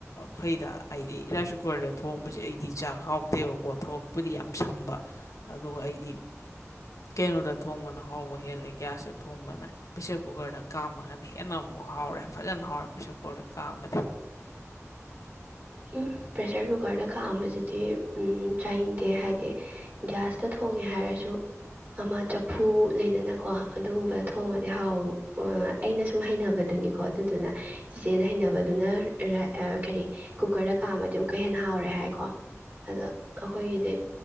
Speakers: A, on the left (about 85°); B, on the right (about 40°).
A: ꯐꯩꯗ ꯑꯩꯗꯤ ꯔꯥꯏ꯭ꯁ ꯀꯨꯀꯔꯗ ꯊꯣꯡꯕꯁꯦ ꯑꯩꯗꯤ ꯆꯥꯛ ꯍꯥꯎꯇꯦꯕꯀꯣ ꯊꯕꯛꯄꯨꯗꯤ ꯌꯥꯝ ꯁꯝꯕ ꯑꯗꯨꯒ ꯑꯩꯗꯤ ꯀꯩꯅꯣꯗ ꯊꯣꯡꯕꯅ ꯍꯥꯎꯕ ꯍꯦꯜꯂꯦ ꯒ꯭ꯌꯥꯁꯇ ꯊꯣꯡꯕꯅ ꯄ꯭ꯔꯦꯁꯔ ꯀꯨꯀꯔꯗ ꯀꯥꯝꯃꯒꯅ ꯍꯦꯟꯅ ꯑꯃꯨꯛꯥ ꯍꯥꯎꯔꯦ꯫ ꯐꯖꯅ ꯍꯥꯎꯔꯦ ꯄꯔ꯭ꯦꯁꯔ ꯀꯨꯀꯔꯗ ꯀꯥꯝꯃꯗꯤ
B: ꯎꯝ ꯄ꯭ꯔꯦꯁꯔ ꯀꯨꯀꯔꯗ ꯀꯥꯝꯕꯖꯤꯗꯤ ꯆꯥꯅꯤꯡꯗꯦ ꯍꯥꯏꯗꯤ ꯒ꯭ꯌꯥꯁꯇ ꯊꯣꯡꯉꯦ ꯍꯥꯏꯔꯁꯨ ꯑꯃ ꯆꯐꯨ ꯂꯩꯗꯅꯀꯣ ꯑꯗꯨꯒꯨꯝꯕꯗ ꯊꯣꯡꯉꯗꯤ ꯍꯥꯎ ꯑꯩꯅ ꯁꯨꯝ ꯍꯩꯅꯕꯗꯨꯅꯤꯀꯣ ꯑꯗꯨꯗꯨꯅ ꯏꯆꯦꯅ ꯍꯩꯅꯕꯗꯨꯅ ꯔꯥꯏ ꯀꯔꯤ ꯀꯨꯀꯔꯗ ꯀꯥꯝꯃꯗꯤ ꯑꯃꯨꯛꯀ ꯍꯦꯟꯅ ꯍꯥꯎꯔꯦ ꯍꯥꯏꯀꯣ ꯑꯗꯨ ꯑꯩꯈꯣꯏꯒꯤꯗꯤ